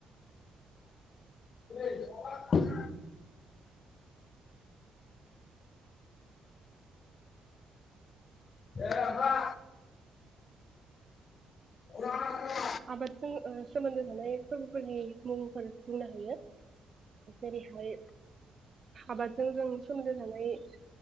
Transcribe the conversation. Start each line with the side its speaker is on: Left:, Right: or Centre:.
Left: <unintelligible> द आहा अ
Right: आबादजों सोमोन्दो थानाय फोरबोफोरनि मुंफोर बुंनो हायो जेरैहाय आबादजों जों सोमोन्दो थानाय